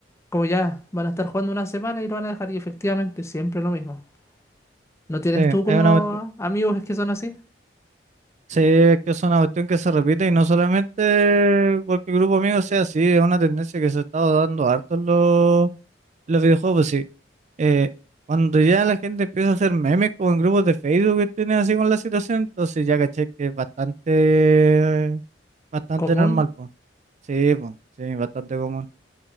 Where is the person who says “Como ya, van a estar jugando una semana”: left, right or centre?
Left